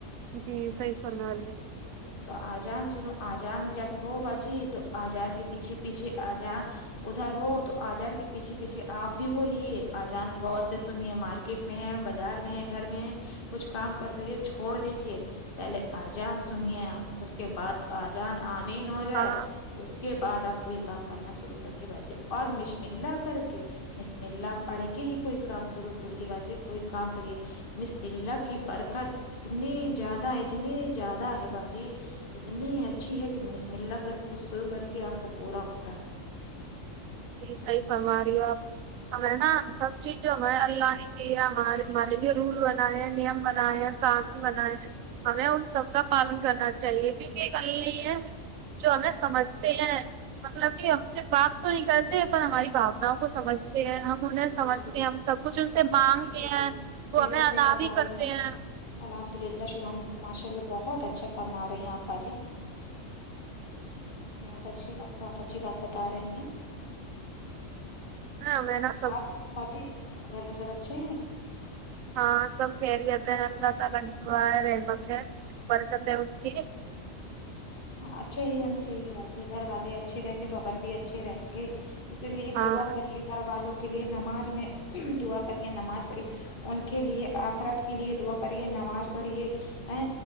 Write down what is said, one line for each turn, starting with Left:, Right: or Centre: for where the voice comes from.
Right: جی صحی فرمارہے ہے بک
Left: تو آجان سنو آجان جب ہو بجی تو آجان کے پیچھے پیچھے اجان ادھر ہو تو آجان کے پیچھے پیچھے آپ بھی بولیے آجان گور سے سنیے مارکیٹ میں ہے بازار میں ہے گھر میں ہے کچھ کام کر رہی ہے چھوڑ دیجے پہلے آجان سنیے آپ اس کے بعد اجان آمین ہو جائے
Right: ہاں
Left: اس کے بعد آپ کوئی کام کرنا شروع کریے باجی اور مشم اللہ کر کے مسم اللہ پڑھ کے ہی کوئی کام شروع کرے بجے کوئی کام کریے مس بلہ کی برکت اتنی زیادہ اتنی زیادہ ہے باجی اتنی اچھی ہے کہ مس م اللا کر کے کچھ شروع کریں گے آپ کا پورا ہوتا ہے
Right: یہ صحی فرم رہی ہو آپ ہم ہے نا سب چیز جو ہم اللہ نے کیے ہمارے ہمارے لیے رول بنائے ہیں نیم بنائے کای بنائے ہمیں ان سب کا پالن کرنا چاہیے کیونکہ ک نہیں ہے جو ہمیں سمجھتے ہیں مطلب کہ ہم سے بات تو نہیں کرتے پر ہماری باؤناؤں کو سمجھتے ہیں ہم انہیں سمجھتے
Left: جی جی
Right: ہیں ہم سب کچھ ان سے مانگتے
Left: جی جی
Right: ہیں وہ
Left: بالکل
Right: ہمیں ادا
Left: صحیح فرما
Right: بھیی
Left: رہی
Right: کرتے ہیں
Left: الحمد للہ شبحان ماشا اللہ بہت اچھا فرما رہے ہیں آپ باجی بہت اچھی بات بہت اچھی بات بتا رہی ہیں
Right: ہاں میں نہ
Left: اور باجی گھر میں سب اچھے ہیں
Right: ہاں سب خریٹ ہیں اللہ تعالی دعا ہے رہم ہے برکت ہے ان کی
Left: ہاں اچھے ہی رہنے چاہیے باجی گھر والے اچھے رہیں گے تو اپن بھی اچھے رہیں گے اسی لیے
Right: ہاں
Left: دعا کریے گھر والوں کے لیے نماز میں دعا کریے نماز پڑھی ان کے لیے آخرت کے لیے دعا کریے نماز پڑھیے ا